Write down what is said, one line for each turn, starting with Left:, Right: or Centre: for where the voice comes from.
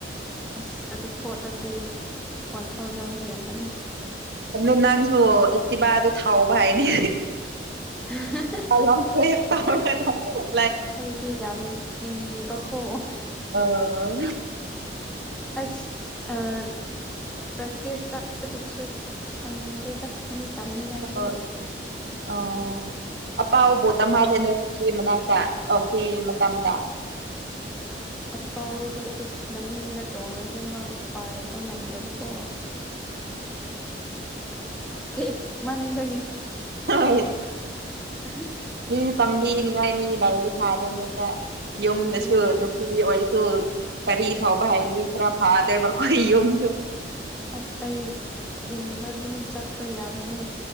Centre: ꯑꯁ ꯑꯗꯨ ꯈꯣꯠꯂꯗꯤ ꯋꯥꯟ ꯊꯥꯎꯖꯟ ꯍꯦꯟꯕꯅꯦ꯫
Right: ꯑꯗꯨ ꯅꯪꯁꯨ ꯑꯦꯛꯇꯤꯕꯗꯨ ꯊꯥꯎꯕ ꯍꯥꯏꯔꯗꯤ
Centre: <inaudible>
Right: <unintelligible>
Centre: ꯑꯩꯗꯤ ꯌꯥꯝ ꯀꯤꯕꯀꯣ꯫
Right: ꯑꯣ
Centre: ꯑꯁ ꯑꯥ ꯄ꯭ꯔꯦꯛꯇꯤꯁ ꯆꯠꯀꯗꯕꯁꯨ ꯁꯪꯗꯦꯗ ꯃꯤ ꯇꯝꯅꯤꯡꯉꯥꯏꯁꯨ
Right: ꯍꯣꯏ
Centre: ꯂꯩꯇꯦ
Right: ꯑꯣ ꯑꯄꯥꯥꯎꯕꯨ
Centre: ꯑꯄꯥꯎ
Right: ꯇꯝꯍꯜꯂꯦ <unintelligible> ꯃꯅꯥꯛꯇ ꯑꯥ ꯐꯤ ꯃꯇꯝꯗ
Centre: ꯑꯄꯥꯎꯁꯨ ꯎꯁ ꯃꯅꯤꯡꯗ ꯇꯣꯡꯂꯗꯤ ꯃꯥ ꯄꯥꯏꯕ ꯉꯝꯗꯕꯀꯣ ꯊꯦꯛ ꯃꯟꯕꯒꯤ
Right: ꯍꯣꯏ
Centre: <unintelligible>
Right: ꯃꯤ ꯇꯝꯕꯤꯅꯤꯉꯥꯏ ꯃꯤ ꯂꯧꯏꯗꯤ ꯐꯥꯗꯣꯏꯅꯤꯗ ꯌꯨꯝꯗꯁꯨ
Centre: ꯎꯝ
Right: ꯐꯤ ꯑꯣꯏꯔꯁꯨ ꯀꯔꯤ ꯊꯧꯕ ꯍꯥꯏꯔꯗꯤ ꯈꯔ ꯐꯥꯗꯣꯏꯕ ꯑꯩꯈꯣꯏ ꯌꯨꯝꯁꯨ
Centre: ꯑꯁ ꯑꯩ ꯊꯤꯟꯕ ꯑꯗꯨꯝ ꯆꯠꯄ ꯌꯥꯕꯅꯤ